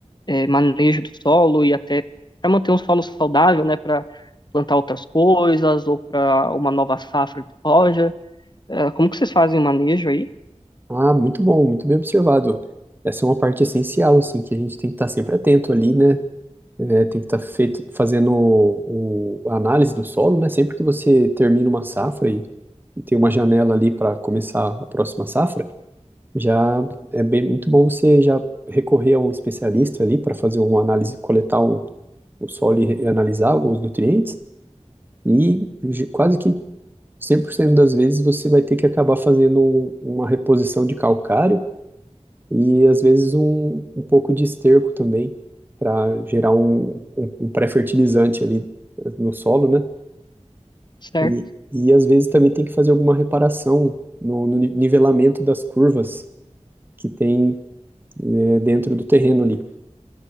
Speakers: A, on the left; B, on the right.
A: manejo do solo e até para manter um solo saudável, né? Para plantar outras coisas ou para uma nova safra de soja? É, como que vocês fazem o manejo aí?
B: Ah, muito bom, muito bem observado. Essa é uma parte essencial, assim, que a gente tem que estar sempre atento ali, né? É, tem que estar feito, fazendo o, a análise do solo, né? Sempre que você termina uma safra e, e tem uma janela ali para começar a próxima safra, já é bem muito bom você já recorrer a um especialista ali para fazer uma análise, coletar um, o solo e re- analisar os nutrientes, e ge- quase que 100% das vezes você vai ter que acabar fazendo um- uma reposição de calcário e às vezes um, um pouco de esterco também para gerar um, um, um pré-fertilizante ali eh, no solo, né?
A: Certo,
B: E, e às vezes também tem que fazer alguma reparação no, no ni- nivelamento das curvas que tem, eh, dentro do terreno ali.